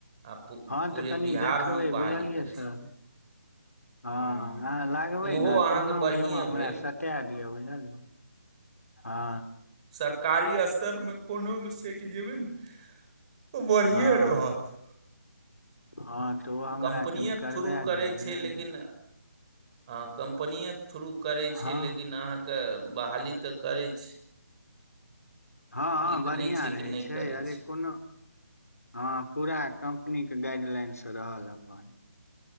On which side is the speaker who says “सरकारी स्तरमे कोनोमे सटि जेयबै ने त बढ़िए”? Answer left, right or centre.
Right